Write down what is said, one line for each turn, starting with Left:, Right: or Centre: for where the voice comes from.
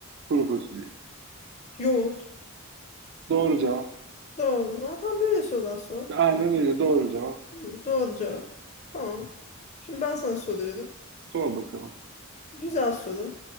Right: kuru fasulye.
Left: Yoğurt.
Right: Doğru cevap.
Left: Doğru. Zaten böyle sorular sor.
Right: Aynen öyle doğru cevap.
Left: Hı, Doğru cevap. Tamam. Şimdi ben sana soruyorum.
Right: Sor bakalım.
Left: Güzel soru.